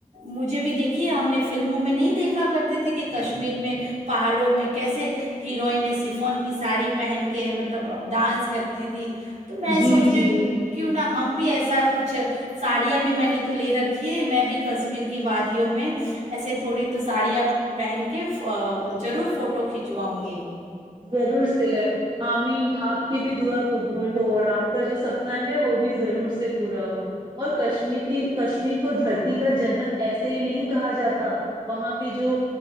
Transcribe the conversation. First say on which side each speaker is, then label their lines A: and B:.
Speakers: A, on the right (about 55°); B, on the right (about 30°).
A: مجھے بھی دیکھیے ہم نے فلموں میں نہیں دیکھا کرتے تھے کہ کشمیر میں پہاڑوں میں کیسے ہیروئن سفون کی ساڑی پہن کے مطلب اب ڈانس کرتی تھی تو میں
B: جی
A: سوچ رہی
B: جی
A: ہوں کیوں نہ ہم بھی ایسا کچھ ساڑیاں بھی میں نے تو لے رکھی ہے میں بھی ک کشمیر کی وادیوں میں ایسے تھوڑی تو ساڑیاں پہن کے ضرور فوٹو کھنچواؤں گی
B: ضرور سے آمین آپ کی بھی دعا قبول ہو اور آپ کا جو سب اتنا ہے وہ بھی ضرور سے پورا ہو اور کشمیر کی کشمیر کو دھرتی کا جنت ایسے ہی نہیں کہا جاتا وہاں کے جو